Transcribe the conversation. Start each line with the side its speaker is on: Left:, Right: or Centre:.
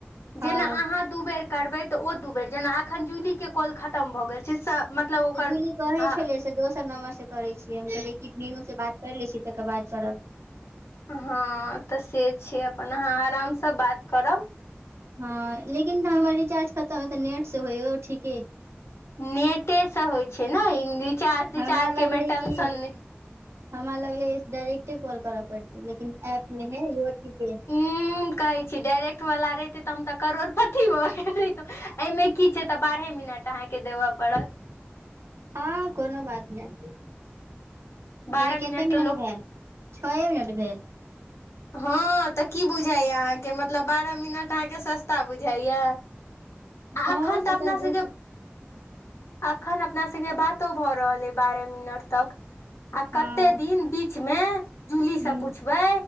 Left: जेना
Right: हँ
Left: आहाँ बेर करबै तऽ ओ दू बेर जेना अखन जूली के कॉल खतम भऽ गेल छै मतलब ओकर
Right: से जूली कहै
Left: ह
Right: छलै से दोसर नम्बर से करै छियै हम कहलिए कि मिनू से बात कर लै छीयै तकर बाद करब
Left: हँ तऽ से छै अपन अहाँ आराम सँ बात करब
Right: हँ लेकिन तऽ हमर रिचार्ज खतम हइ तऽ नेट से होइौ ठीके हइ
Left: नेटे से होइ छै ने रिचार्ज तिचार्ज
Right: हमरा लगलै
Left: केमे टेंशन
Right: कि
Left: नय
Right: हमरा लगले डायरेक्टे कॉल करै पड़ते लेकिन एप मे है य
Left: उम्म कहै छी डायरेक्ट वाला रहिते त हम तऽ करोड़पति भऽ गेल रहितो एयमे की छै तऽ बारहे मिनट अहाँके देबऽ पड़त
Right: हँ कोनो बात नय
Left: बारह
Right: अभी कते
Left: तऽ
Right: मिनट
Left: लोक
Right: भेल छौए मिनट भेल
Left: हँ तऽ की बुझाइया अहाँके मतलब बारह मिनट अहाँके सस्ता बुझाइया आ
Right: हँ
Left: एखन
Right: से
Left: तऽ अपना
Right: दू
Left: सबके अखन अपना सबकेे बातो भऽ रहल अइ बारह मिनट तक आ
Right: हँ
Left: कते दिन बीच में जूली से
Right: ह
Left: पूछबै